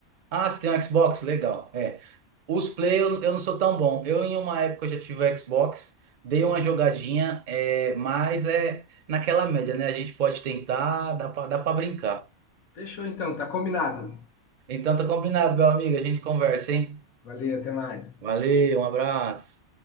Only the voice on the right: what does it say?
Ah, você tem um Xbox? Legal. É. Os play eu, eu não sou tão bom. Eu em uma época eu já tive o Xbox, dei uma jogadinha, é, mas é naquela média, né? A gente pode tentar, dá pra, dá pra brincar.
Então tá combinado, meu amigo. A gente conversa, hein?
Valeu, um abraço.